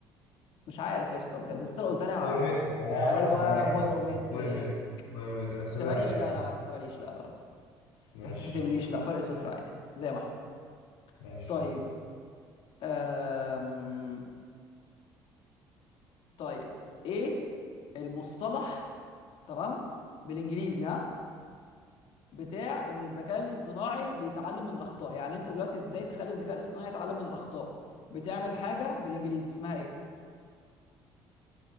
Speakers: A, on the left; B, on the left.
A: مش عارف يا اسطى بجد بس لو قلت لها
B: بايومتر انا يا عم
A: ايوه
B: هحسبها لك
A: بايومتريك
B: يا عم بايومتر بايومتر هحسبها
A: ما تحسبهاليش
B: لك يا عم
A: لا لا ما تحسبهاليش لا لا لا
B: ماشي
A: ما تحسبليش لا فرق صفر عادي زي ما احنا
B: ماشي
A: طيب أم... طيب ايه المصطلح تمام بالانجليزي ها بتاع ان الذكاء الاصطناعي بيتعلم من الاخطاء يعني انت دلوقتي ازاي تخلي الذكاء الاصطناعي يتعلم من الاخطاء بتعمل حاجه بالانجليزي اسمها ايه